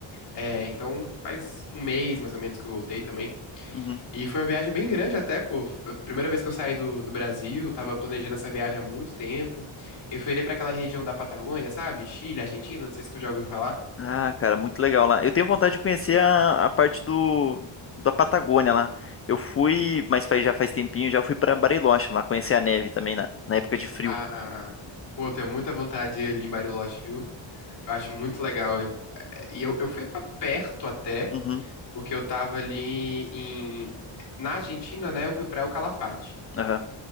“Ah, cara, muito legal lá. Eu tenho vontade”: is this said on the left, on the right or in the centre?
Left